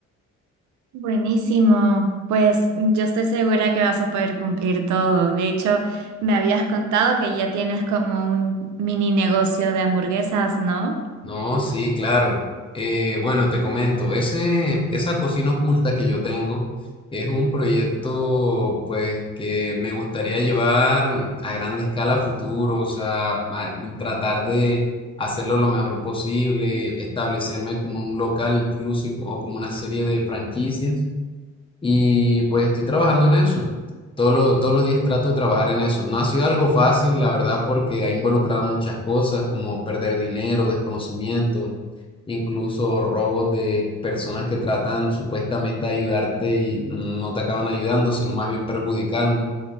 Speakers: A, on the right; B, on the left.
A: Buenísimo, pues yo estoy segura que vas a poder cumplir todo. De hecho, me habías contado que ya tienes como un mini negocio de hamburguesas, ¿no?
B: No, sí, claro. Eh, bueno, te comento, ese, esa cocina oculta que yo tengo es un proyecto pues que me gustaría llevar a gran escala a futuro, o sea, a- y tratar de hacerlo lo mejor posible, establecerme como un local incluso o como una serie de franquicias y pues estoy trabajando en eso. Todos los, todos los días trato de trabajar en eso. No ha sido algo fácil, la verdad, porque ha involucrado muchas cosas como perder dinero, desconocimiento, incluso robos de personas que tratan supuestamente de ayudarte y no te acaban ayudando, sino más bien perjudicando.